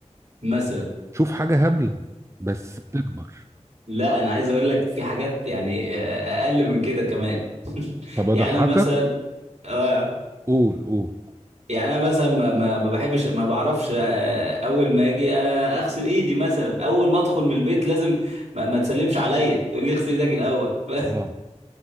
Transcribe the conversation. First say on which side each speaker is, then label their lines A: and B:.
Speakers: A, on the right; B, on the right.
A: مثلا
B: شوف حاجة هبلة بس بتكبر
A: لا انا عايز اقول لك في حاجات يعني آه، اقل من كده كمان <laughs>
B: طب اضحكك
A: يعني انا مثلا آه،
B: قول قول
A: يعني انا مثلا ما ما ما بحبش ما بعرفش آه، اول ما اجي آه، اغسل ايدي مثلا اول ما ادخل من البيت لازم ما, ما تسلمش عليا تقول لي اغسل ايدك الاول <laughs> ف-
B: اه